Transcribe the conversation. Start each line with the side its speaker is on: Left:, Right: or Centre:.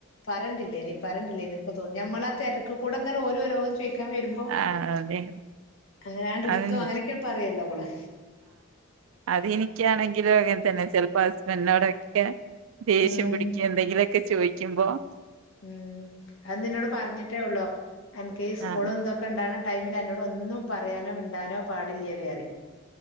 Left: പറേണ്ടില്ലനില്ലേനു പറേണ്ടില്ലേനി ഇപ്പൊ തോന്നും ഞമ്മള ആ തെരക്ക് കൂടെ ഇങ്ങനെ ഓരോരോ ചോയ് ക്കാൻ വരുമ്പോ
Right: ആ അതെ
Left: അല്ലാണ്ടെടുത്തോ
Right: അത്
Left: അങ്ങനെ പറയ്‌ എല്ലാം കൂടെ
Right: ബി ഇനിക്കാണങ്കിലും അങ്ങനെത്തന്നെ ചെൽപം ഹസ്ബന്റിനോടൊക്കെ ദേഷ്യം
Left: ഉം
Right: പിടിക്കെ എന്തെങ്കിലൊക്കെ ഒക്കെ ചോയ്കുമ്പം
Left: ഉം അത് നിന്നോട് പറഞ്ഞിട്ടേ ഉള്ളോ എൻകേസ്‌
Right: ആഹ്
Left: കൂളെന്തെക്കൊണ്ടാണ് ടൈമില് എന്നോടൊന്നും പറയാനോ മിണ്ടാനോ പാടില്ല്യാല്ലേ പറയും